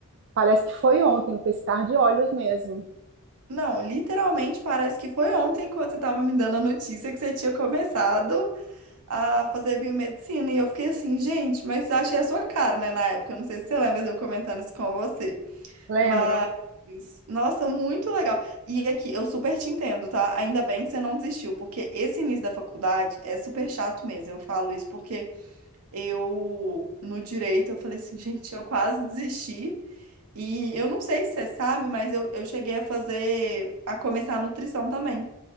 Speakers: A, on the right; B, on the right.
A: parece que foi ontem, um piscar de olhos mesmo.
B: Não, literalmente parece que foi ontem quando você tava me dando a notícia que você tinha começado. a fazer biomedicina. E eu fiquei assim, gente, mas achei a sua cara, né, na época. eu Não sei se você lembra de eu comentando isso com você.
A: Lembro,
B: Mas, nossa, muito legal. E aqui, eu super te entendo, tá? Ainda bem que você não desistiu, porque esse início da faculdade é super chato mesmo. Eu falo isso porque eu, no direito, eu falei assim, gente, eu quase desisti. E eu não sei se você sabe, mas eu, eu cheguei a fazer, a começar a nutrição também.